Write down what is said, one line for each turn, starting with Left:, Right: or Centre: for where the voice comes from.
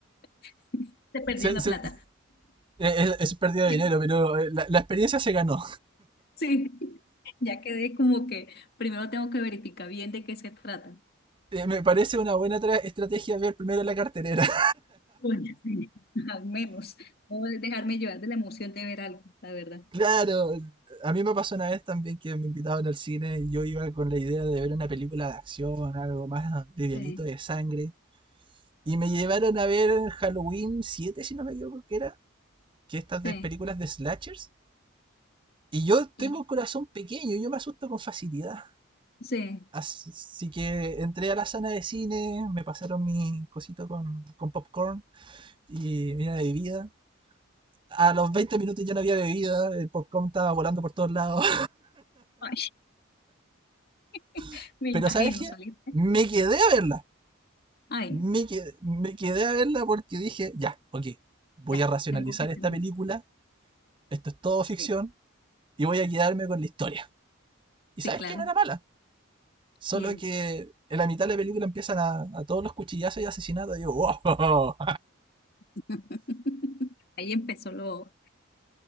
Left: <laughs> Se perdió
Right: Se-
Left: la
Right: se-
Left: plata.
Right: eh, es, es pérdida de
Left: Bien.
Right: dinero, pero eh, la, la experiencia se ganó.
Left: Sí, <laughs> ya quedé como que primero tengo que verificar bien de qué se trata.
Right: Eh, me parece una buena tra- estrategia ver primero la carterera. <laughs>
Left: Oye, sí. Al menos, o dejarme llevar de la emoción de ver algo, la verdad.
Right: claro, a mí me pasó una vez también que me invitaban al cine y yo iba con la idea de ver una película de acción, algo más livianito
Left: Sí,
Right: de sangre. Y me llevaron a ver Halloween siete, si no me equivoco, que era, que estas
Left: sí,
Right: de películas de slashers. Y yo tengo
Left: y
Right: un corazón pequeño, yo me asusto con facilidad.
Left: sí.
Right: Así sí que entré a la sala de cine, me pasaron mi cosito con, con popcorn y mira bebida. A los 20 minutos ya no había bebida, el popcorn estaba volando por todos lados.
Left: Ay, <laughs>
Right: <laughs>
Left: me
Right: Pero
Left: imagino
Right: ¿sabes qué?
Left: salir. ¿eh?
Right: Me quedé a verla.
Left: Ay,
Right: Me quedé, me quedé a verla porque dije, ya, ok, voy
Left: ya,
Right: a racionalizar
Left: tengo que terminar.
Right: esta película, esto es todo
Left: Sí.
Right: ficción y voy a quedarme con la historia. Y
Left: Sí,
Right: ¿sabes
Left: claro.
Right: qué? No era mala. Solo
Left: ¿Quién?
Right: que en la mitad de la película empiezan a, a todos los cuchillazos y asesinatos. Y digo, wow,
Left: <laughs> Ahí empezó lo...